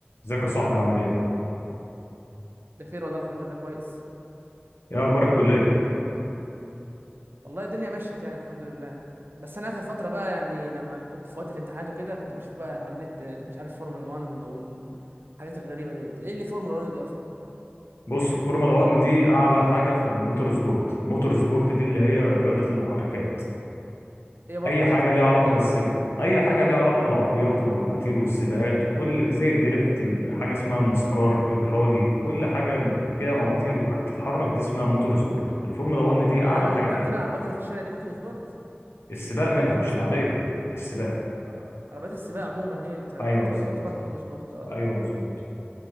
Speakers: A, on the left; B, on the right.
A: ازيك يا صاحبي عامل ايه؟
B: بخير والله الحمد لله كويس
A: ايه اخبار الكلية؟
B: والله الدنيا مشت يعني الحمد لله بس انا اخر فتره بقى يعني لما كنت في وقت الامتحانات وكده كنت بشوف بقى على النت آه، مش عارف فورمولا 1 والحاجات الغريبه ديت ايه اللي فورمولا 1 دي اصلا
A: بص الفورمولا 1 دي اعلى حاجة في الموتور سبورت، الموتور سبورت دي اللي هي رياضة المحركات،
B: ايه برضه
A: اي
B: رياضه
A: حاجة
B: المحركات
A: ليها علاقة
B: دي
A: بالسب،
B: عباره عن ايه
A: اي حاجة ليها علاقة بالعربيات والمواتير والسباقات وكل زي الدريفت ال- حاجة اسمها النسكار، الرالي، كل حاجة م- فيها مواتير وبتتحرك دي اسمها موتور سبورت، الفورمولا 1 دي
B: يعني
A: اعلى حاجة
B: انا ممكن
A: فيها،
B: اعتبر العربيات اللي في الشارع دي موتور سبورت
A: السباق منها
B: موتور
A: مش
B: مثلا
A: العادية،
B: عموما
A: السباق،
B: اه عربيات السباق عموما هي اللي تبقى
A: ايوه
B: تعت-
A: بالظبط،
B: تعتبر موتور سبورت اه
A: ايوه مظبوط،